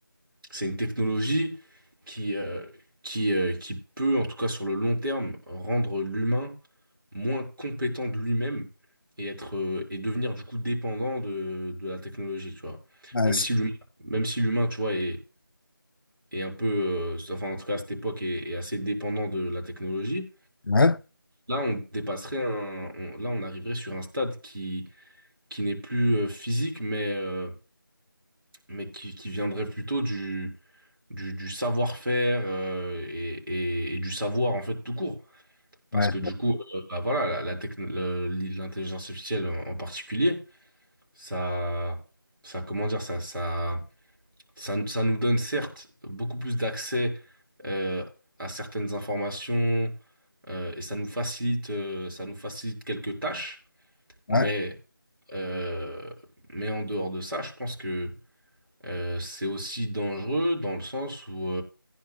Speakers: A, on the right; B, on the left.
A: C'est une technologie qui, euh, qui, euh, qui peut, en tout cas sur le long terme, rendre l'humain moins compétent de lui-même et être, euh, et devenir du coup dépendant de, de la technologie, tu vois.
B: Ouais,
A: Même
B: c'est-
A: si l'humain, même si l'humain, tu vois, est, est un peu, euh, enfin en tout cas à cette époque, est, est assez dépendant de la technologie,
B: ouais,
A: là on dépasserait un, on- là on arriverait sur un stade qui, qui n'est plus euh, physique, mais, euh, mais qui, qui viendrait plutôt du, du savoir-faire euh, et, et- et du savoir en fait tout court. Parce
B: ouais,
A: que du coup, euh, bah voilà, la, la techno- le- l'intelligence artificielle en, en particulier, ça, ça, comment dire, ça, ça, ça, ça nous donne certes beaucoup plus d'accès euh, à certaines informations euh, et ça nous facilite, euh, ça nous facilite quelques tâches, mais
B: ouais.
A: euh, mais en dehors de ça, je pense que euh, c'est aussi dangereux dans le sens où,